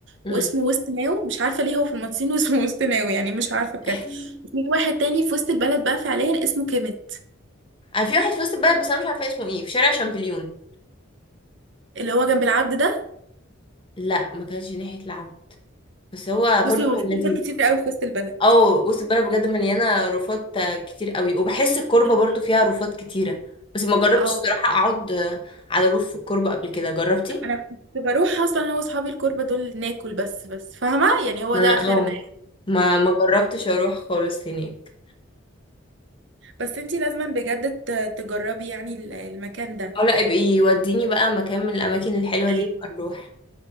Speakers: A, on the left; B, on the right.
A: امم
B: واسمه وسط ناو مش عارفه ليه هو في المهندسين واسمه <laughs> وسط ناو يعني مش عارفه بجد
A: <laughs>
B: في واحد تاني في وسط البلد بقى فعليا اسمه كيميت
A: أنا في واحد في وسط البلد بس انا مش عارفه اسمه ايه في شارع شامبليون
B: اللي هو جنب العبد ده
A: لا ما كانش ناحية لعب بس هو
B: بصي
A: برضو
B: هو
A: كان
B: في
A: لذيذ
B: حاجات كتير قوي في وسط البلد
A: او بص البلد بجد مليانة رفات كتير قوي وبحس الكوربة
B: ده
A: برضو
B: حقيقي.
A: فيها رفات كتيرة بس ما جربتش
B: اه
A: صراحة اقعد على روف في الكوربة قبل كده جربتي
B: انا كنت بروح اصلا انا واصحابي الكوربه دول ناكل بس بس فاهمه يعني هو
A: ما
B: ده
A: انا
B: اخرنا
A: اه
B: يعني
A: ما ما جربتش اروح خالص هناك
B: بس انتي لازما بجد ت- تجربي يعني ال- المكان ده
A: اه لا ابقي وديني بقى مكان من الاماكن الحلوة دي
B: ايوه
A: نبقى نروح